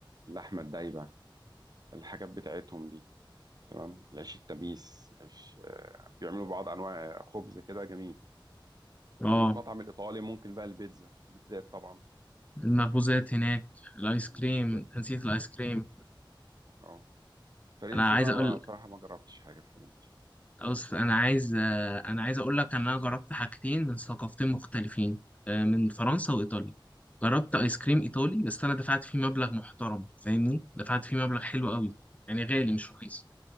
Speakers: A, on the right; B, on the left.
A: اللحمه الدايبه الحاجات بتاعتهم دي تمام العيش التميس العيش بيعملوا بعض انواع خبز كده جميل
B: اه
A: المطعم الايطالي ممكن بقى البيتزا البيتزات طبعا
B: المخبوزات هناك الايس
A: والمخبوزات
B: كريم نسيت الايس كريم
A: اه فرنسي
B: انا عايز
A: بقى
B: اقول
A: ما بصراحه ما جربتش حاجه في فرنسي
B: أوصف انا عايز آه، انا عايز اقول لك ان انا جربت حاجتين من ثقافتين مختلفين آه، من فرنسا وايطاليا جربت ايس كريم ايطالي بس انا دفعت فيه مبلغ محترم فاهمني دفعت فيه مبلغ حلو قوي
A: مم.
B: يعني غالي مش رخيص